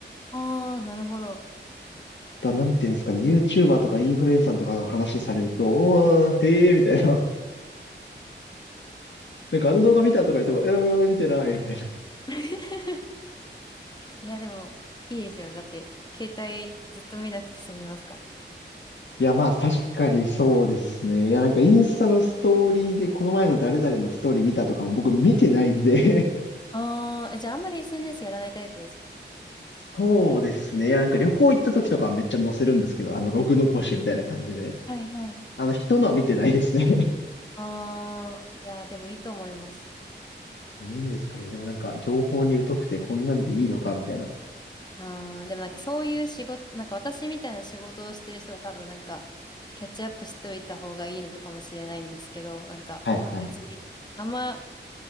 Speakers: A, on the left; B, on the left.
A: ああー、なるほど。
B: だ、なんていうんですかね、YouTuber とかインフルエンサーとかの話されると、おー、へえみたいな。<laughs> なんかあの動画見たとか言っても、えー、見てないみたいな。
A: <laughs> いやでも、いいですよ。だって、携帯ずっと見なくて済みますから。
B: いや、まあ確かにそうですね。いや、なんかインスタのストーリーで、この前の誰々のストーリー見たとかも僕見てないんで
A: ああ、え、じゃああんまり SNS やらないタイプですかね。
B: <laughs> そうですね。いや、なんか旅行行った時とかはめっちゃ載せるんですけど、あのログ残しみたいな感じで。
A: はいはい。
B: あの、人のは見てないですね
A: ああ、いやでもいいと思います。
B: <laughs> いいんですかね。でもなんか、情報に疎くてこんなんでいいのかみたいな。
A: ああ、でもなんかそういう仕事、なんか私みたいな仕事をしてる人は多分なんかキャッチアップしておいた方がいいのかもしれないんですけど、なんか別にあんま
B: はいはい。